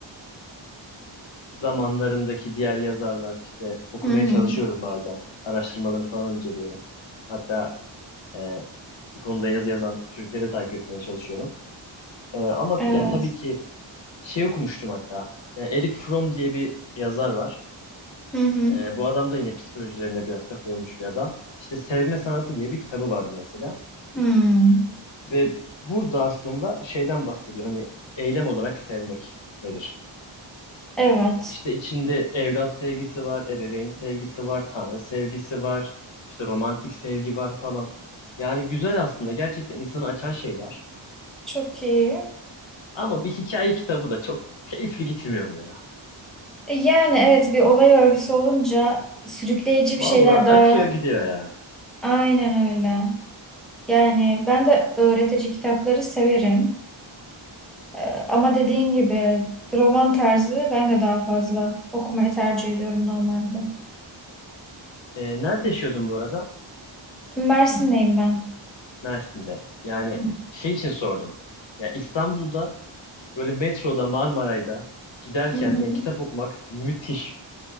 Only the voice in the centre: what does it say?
Hı hı.
Evet.
Hı hı.
Hmm.
Evet.
Çok iyi.
E, Yani evet bir olay örgüsü olunca sürükleyici bir
şeyler daha.
Aynen öyle. Yani ben de öğretici kitapları severim. Ee, ama dediğin gibi roman tarzı ben de daha fazla okumayı tercih ediyorum normalde.
Mersin'deyim ben.
Hı
hı.